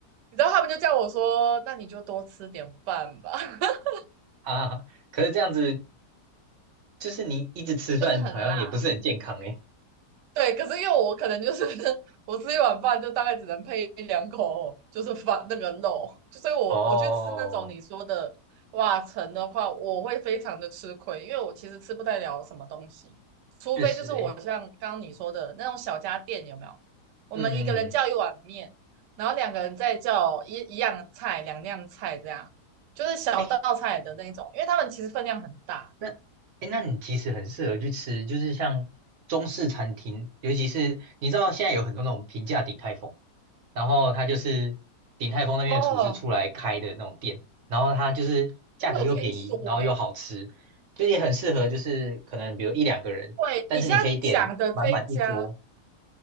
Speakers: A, on the right (about 85°); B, on the right (about 55°).
A: 你知道他们就叫我说，那你就多吃点饭吧，<laughs>
B: 啊，可是这样子就是你一直吃饭好像也不是很健康哎，
A: 就是很辣。对，可是因为我可能就是 <laughs> 我吃一碗饭就大概只能配一两口，就是饭那个肉，所以我我去吃那种你说的瓦城的话，
B: 哦，
A: 我会非常的吃亏，因为我其实吃不太了什么东西，除非就是我像刚刚你说的那种小家店有没有？
B: 确实哎，
A: 我们一个人叫一碗面，
B: 嗯嗯嗯。
A: 然后两个人再叫一一样菜、两样菜这样，就是小道菜的那种，
B: 哎，
A: 因为他们其实分量很大
B: 那，诶，那你其实很适合去吃，就是像中式餐厅，尤其是你知道现在有很多那种平价鼎泰丰，然后它就是鼎泰丰那边的厨师出来开的那种店，
A: 哦，
B: 然后它就是价格又便宜，
A: 我有听说欸
B: 然后又好吃，就是也很适合，就是可能比如一两个人，
A: 对，
B: 但是你可以点满满一桌，
A: 你现在讲的这一家，